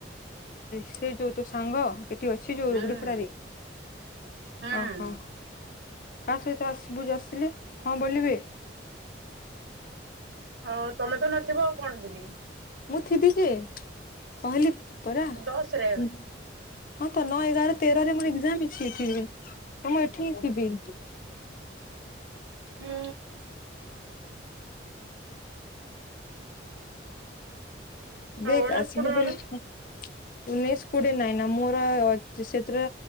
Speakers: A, on the left; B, on the right.
A: ସେ ଯୋଉ ତୋ ସାଙ୍ଗ ଏଠି ଅଛି ଯୋଉ
B: ହୁଁ
A: ଗୁଡିପଡାରେ
B: ହୁଁ
A: ଓହୋ କାହା ସହିତ ଆସିବୁ ଆସିଲି ହଁ ବୋଲିବେ
B: ହଁ ତମେ ତ ନଥିବ ଆଉ କଣ ଯିବି
A: ମୁଁ ଥିବି ଯେ କହିଲି ପରା
B: ଦଶରେ
A: ମୁଁ ହଁ ତ ନଅ ଏଗାର ତେରରେ ମୋର ଏକଜାମ ଅଛି ଏଠି ହଁ ମୁଁ ଏଠି ହିଁ ଥିବି
B: ହୁଁ। ଆଉ
A: ଦେଖ
B: ଅଣେଶପଟ
A: ଆସିଲୁ ବୋଲି
B: ଆଡୁ
A: ସିନା। ଉନେଇେଶ କୋଡ଼ିଏ ନାଇଁ ନା ମୋର ସେଥିରେ